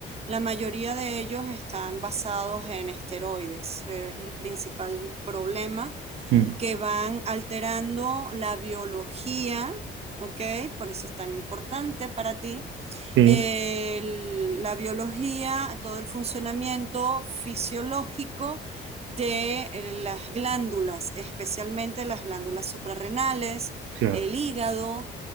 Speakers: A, on the right; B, on the right.
A: La mayoría de ellos están basados en esteroides. Es el principal problema
B: Mm,
A: que van alterando la biología, ¿ok? Por eso es tan importante para ti
B: sí,
A: eh, la biología, todo el funcionamiento fisiológico de eh, las glándulas, especialmente las glándulas suprarrenales,
B: claro.
A: el hígado